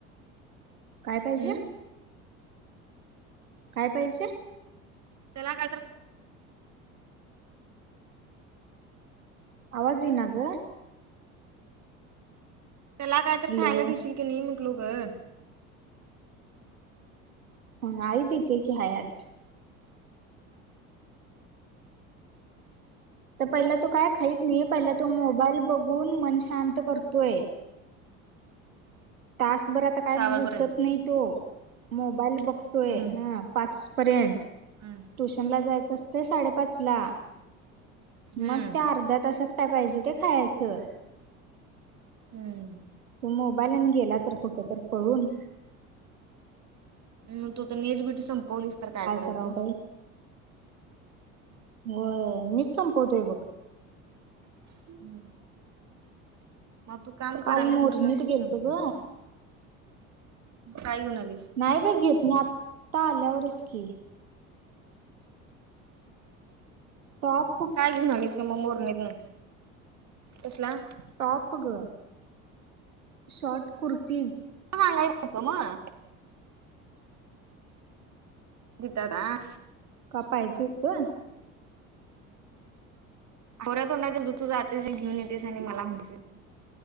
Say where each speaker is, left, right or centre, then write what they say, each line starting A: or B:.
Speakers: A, on the right; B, on the right.
A: पाहिजे
B: हम्
A: काय पाहिजे.
B: चलाग
A: आवाजी नाग.
B: त्याला काय तर
A: हॅलो
B: खायला दिसील की नाही म्हटलो ग.
A: आहे तीेत की हायच. तर पहिला तो काय खाहीत नाही पहिला तो मोबाईल बघून मन शांत करतोय. तासभर आता काय
B: सहा वाजपर्यंत
A: उठत नाही तो मोबाईल बघतोय
B: हम्म
A: हं पाच पर्यंत
B: हम्म
A: ट्युशन ला जायचं असतं साडेपाच ला.
B: हम्म
A: मग त्या अर्ध्या तासात काय पाहिजे ते खायचं.
B: हम्म
A: तू मोबाईल आणि गेला तर कुठे तर पळून.
B: मग तू तर नेट बिटी संपवलीस तर काय करायल
A: करावं
B: तू
A: बाई होय मीच संपतोय बघ.
B: हम् मग तू काम
A: काल
B: करल्यास
A: मोरणीत
B: म्हटलं तूच
A: गेलतो
B: समजल्यास.
A: ग
B: काय घेऊन आली.
A: नाही बाई घेत नाही आता आल्यावरच की पाप
B: काय घेऊन आलीस ग मग मोरणी गेवुन कसला
A: टॉप ग शॉट कुर्तीज
B: हा लेच हुत मग भिताडासं
A: का पाहिजे होत
B: खोट्या तोंडाचे तुज तू जातेस आणि घेऊन येतेस आणि मला म्हणतीस होय